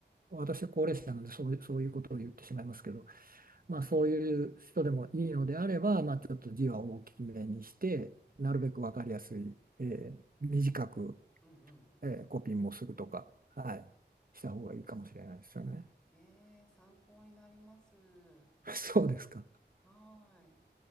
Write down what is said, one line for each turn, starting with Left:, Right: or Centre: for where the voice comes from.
Right: 私は高齢者なのでそういう、そういうことを言ってしまいますけど、まあ、そういう人でもいいのであれば、まあ、ちょっと字は大きめにして、なるべく分かりやすい、えー短く
Centre: うんうん。
Right: えーコピーもするとか、はい、した方がいいかもしれないですよね。
Centre: ええ、参考になります。は
Right: <laughs> そうですか。
Centre: ーい。